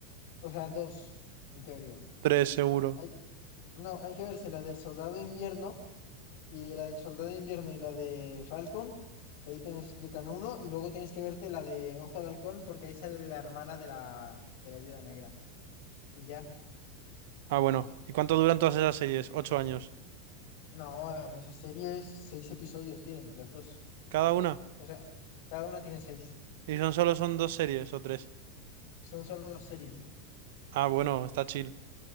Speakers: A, on the left; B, on the right.
A: O sea, dos, en teoría.
B: Tres, seguro.
A: Hay- No, hay que verse la del Soldado de Invierno y la del Soldado de Invierno y la de Falcon, que ahí te explican uno, y luego tienes que verte la de Ojo de Halcón porque ahí sale la hermana de la, de la Viuda Negra. Y ya.
B: Ah, bueno. ¿Y cuánto duran todas esas series? Ocho años.
A: No, esas series, seis episodios tienen, las dos.
B: ¿Cada una?
A: O sea, cada uno tiene seis.
B: ¿Y son solo son dos series o tres?
A: Son solo dos series.
B: Ah, bueno, está chill.